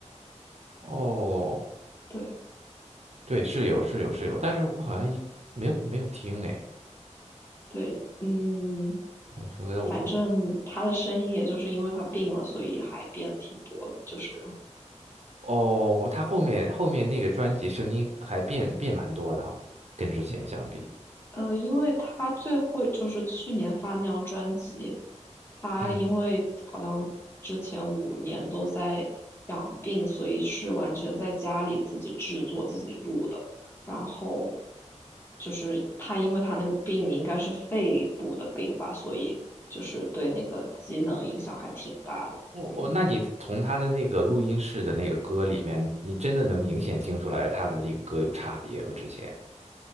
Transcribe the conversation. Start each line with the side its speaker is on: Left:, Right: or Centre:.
Right: 哦，
Left: 对
Right: 对，是有是有是有，但是我好像一没有没有听哎，
Left: 对，嗯，
Right: 我觉得我我
Left: 反正他的声音也就是因为他病了，所以还变挺多的，就是
Right: 哦，他后面后面那个专辑声音还变变蛮多的啊跟之前相比，
Left: 呃，因为他最后就是去年发那张专辑，他因为好像之前五年都在养病，
Right: 嗯，
Left: 所以是完全在家里自己制作、自己录的。然后就是他，因为他那个病应该是肺部的病吧，所以就是对那个机能影响还挺大的。
Right: 哦哦，
Left: 嗯。
Right: 那你从他的那个录音室的那个歌里面，你真的能明显听出来他的那个歌有差别和之前。